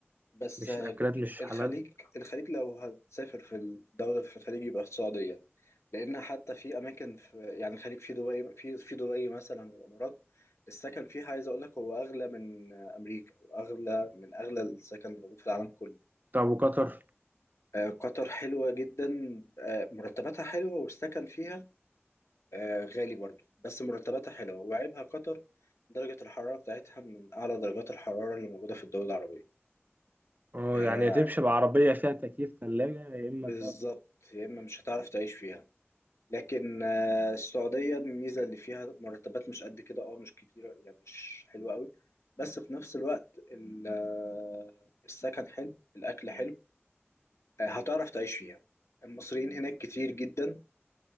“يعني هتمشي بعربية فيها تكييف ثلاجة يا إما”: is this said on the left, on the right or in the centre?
Right